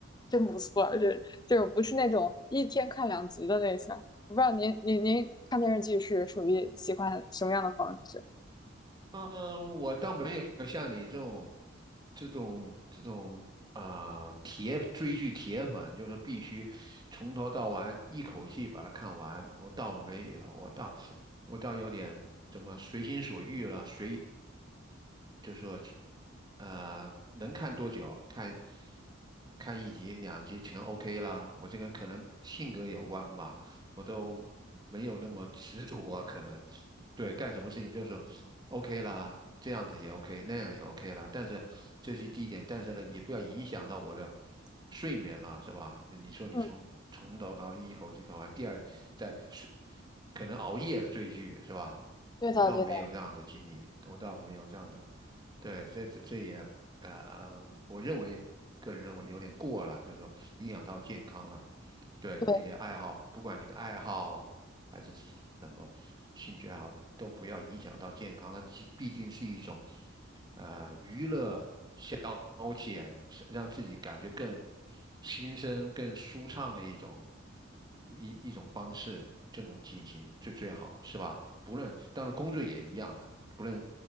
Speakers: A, on the left; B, on the right.
A: 真不错，就就是不是那种一天看两集的类型。我不知道您您您看电视剧是属于喜欢什么样的方式？
B: 嗯，我倒没有像你这种、这种、这种啊、铁追剧铁粉，就是必须从头到完一口气把它看完。我倒没有，我倒我倒有点怎么随心所欲了，随就说呃能看多久看看一集两集全 OK 啦。我这个人可能性格有关吧。我都没有那么执着啊，可能对干什么事情就是说 OK 啦，这样子也 OK，那样也 OK 啦。但是这是第一点，但是呢，也不要影响到我的睡眠了，是吧？你说你从从头到一口气看完，
A: 嗯，
B: 第二在睡可能熬夜的追剧是吧？
A: 对的对的，
B: 我倒没有这样的经历，我倒没有这样的，对，这这这也呃，我认为个人认为有点过了，就是说影响到健康了。对，
A: 对，
B: 并且爱好，不管你的爱好还是什么兴趣爱好，都不要影响到健康。它既毕竟是一种呃娱乐消遣，是让自己感觉更心生、更舒畅的一种一一种方式，这种进行最最好，是吧？不论当然工作也一样的，不论